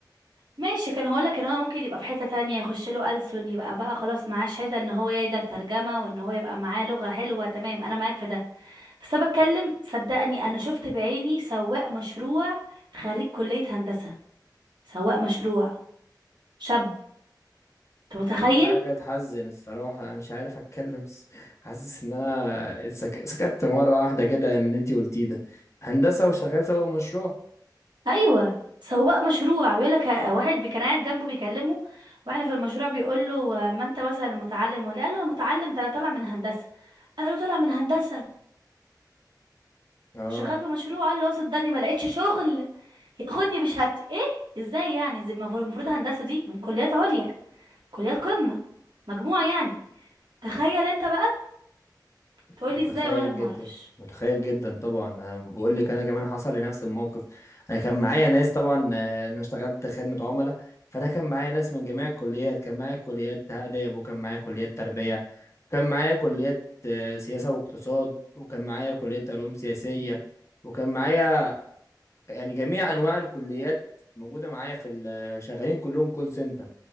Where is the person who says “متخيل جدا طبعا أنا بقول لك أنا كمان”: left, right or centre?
Left